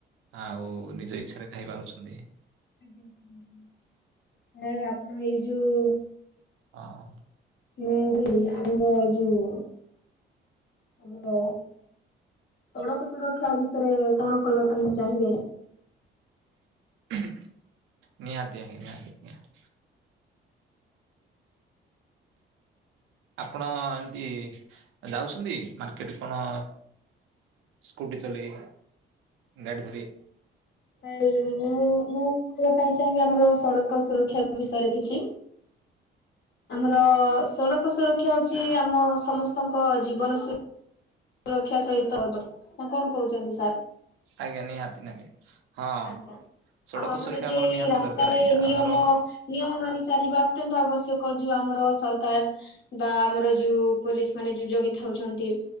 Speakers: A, on the right (about 80°); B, on the left (about 60°).
A: ଆଉ ନିଜ ଇଚ୍ଛାରେ ଖାଇ ପାରୁଛନ୍ତି।
B: ଆଜ୍ଞା ଆଁ ଆପଣ ଏଇ ଯୋଉ
A: ହଁ।
B: ମୁଁ ଖାଲି ଆମର ଏଇ ଯୋଉ ଆମର ସଡ଼କ ସୁରକ୍ଷା ବିଷୟରେ କଣ କଇଁବା ପାଇଁ ଚାହିଁବେ?
A: ନିହାତି ଆଜ୍ଞା ନିହାତି ନିହାତି। ଆପଣ ଏମିତି ଯାଉଛନ୍ତି ମାର୍କେଟ କଣ ସ୍କୁଟି ଚଲେଇ ଗାଡି ଧରି
B: ଆଜ୍ଞା ମୁଁ ମୁଁ
A: ଆଜ୍ଞା
B: ମୋପାଇଁ କେମିତି ଆମର ସଡ଼କ ସୁରକ୍ଷା ବିଷୟରେ କିଛି ଆମର ସଡ଼କ ସୁରକ୍ଷା ହଉଚି ଆମ ସମସ୍ତଙ୍କ ଜୀବନ ସୁରକ୍ଷା ସହିତ <unintelligible> ନାକଣ କହୁଚନ୍ତି ସାର୍?
A: ଆଜ୍ଞା ନିହାତି ନିହାତି। ହଁ।
B: ଆଜ୍ଞା
A: ସଡ଼କ
B: ଆଉ ଆମର
A: ସୁରକ୍ଷା
B: ଯୋଉ ଏଇ
A: ନିହାତି
B: ରାସ୍ତାରେ
A: ଦରକାର ଆଜ୍ଞା
B: ନିୟମ
A: ଆମର
B: ନିୟମ ମାନି ଚାଲିବା ଅତ୍ୟନ୍ତ ଆବଶ୍ୟକ ଯୋଉ ଆମର ସରକାର୍ ବା ଆମର ଯୋଉ ପୋଲିସ ମାନେ ଯୋଉ ଜଗିଥାଉଚନ୍ତି।